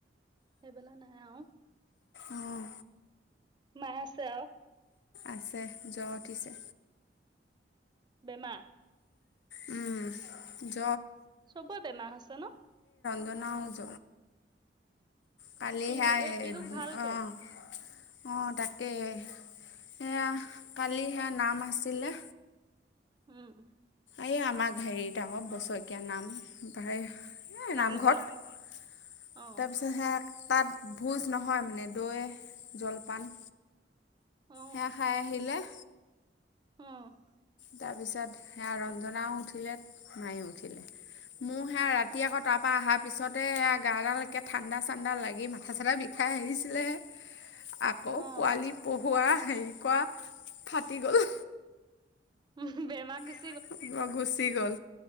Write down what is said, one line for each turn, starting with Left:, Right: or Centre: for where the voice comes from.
Right: সেইবেলা নাই অ
Left: আহ!
Right: মেছে
Left: আছে যোৱা উঠিছে।
Right: বেমা
Left: উম য
Right: চবৰে বেমাৰ আছে ন
Left: ব নওঁ য কালি
Right: পিহু
Left: সে
Right: এই পিহুক ভালকে
Left: আহ অ তাকেই সেয়া কালি সেয়া নাম আছিলে।
Right: উম!
Left: এই আমাক হেৰিতক বছৰেকীয়া নাম প্ৰায় এই
Right: নামঘৰত
Left: নামঘৰত
Right: অ
Left: তাৰপিছত সে তাত ভোজ নহয় মানে দৈ জলপান
Right: অ
Left: হে খাই আহিলে।
Right: অ'
Left: তাৰপিছত সেয়া ৰঞ্জনাওঁ উঠিলে, মায়েওঁ উঠিলে। মোৰ সেয়া ৰাতি
Right: অ
Left: আকৌ তাৰপা আহাৰ পিছত <unintelligible> গাডালেকে ঠাণ্ডা ঠাণ্ডা লাগি মাথা চাথা বিষাই আহিছিলেহে, আকৌ
Right: অ
Left: পোৱালি পঢ়ুৱা হেৰি কৰা ফাটি গ'ল।
Right: <unintelligible>
Left: <unintelligible> গুচি গ'ল।